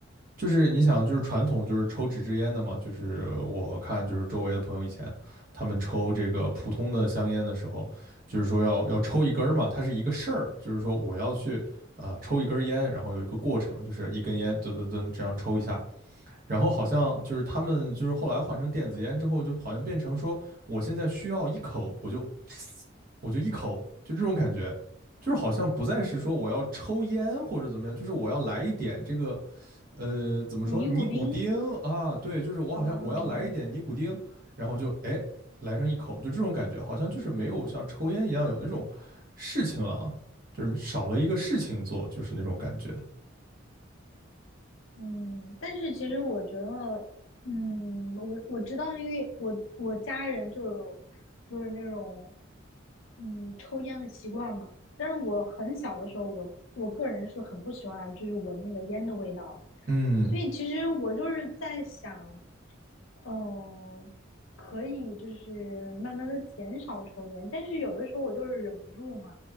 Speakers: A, on the right; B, on the left.
A: 就是你想，就是传统就是抽纸质烟的嘛，就是我看就是周围的朋友以前他们抽这个普通的香烟的时候，就是说要要抽一根儿嘛，它是一个事儿，就是说我要去啊、呃抽一根烟，然后有一个过程，就是一根烟噔噔噔这样抽一下，然后好像就是他们就是后来换成电子烟之后，就好像变成说我现在需要一口，我就我就一口，就这种感觉，就是好像不再是说我要抽烟或者怎么样，就是我要来一点这个呃，怎么说尼古丁啊？
B: 尼古丁，
A: 对，就是我好像我要来一点尼古丁，
B: 嗯，
A: 然后就哎来上一口，就这种感觉，好像就是没有像抽烟一样有那种事情了啊，就是少了一个事情做，就是那种感觉。
B: 嗯，但是其实我觉得，嗯，我我知道，因为我我家人就有就是那种嗯抽烟的习惯嘛。但是我很小的时候，我我个人是很不喜欢就是闻那个烟的味道的
A: 嗯
B: 所以其实我就是在想，嗯、可以就是慢慢的减少抽烟，但是有的时候我就是忍不住嘛，